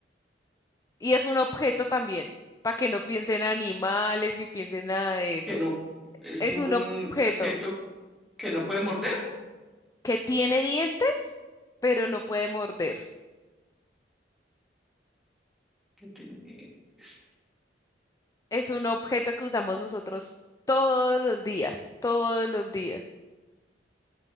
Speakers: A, on the left (about 20°); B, in the centre.
A: Y es un objeto también, para que no piensen en animales ni piensen nada de eso.
B: que no es
A: Es
B: un
A: un objeto.
B: objeto que no puede morder,
A: que tiene dientes, pero no puede morder.
B: que tiene... es-
A: Es un objeto que usamos nosotros todos los días, todos los días.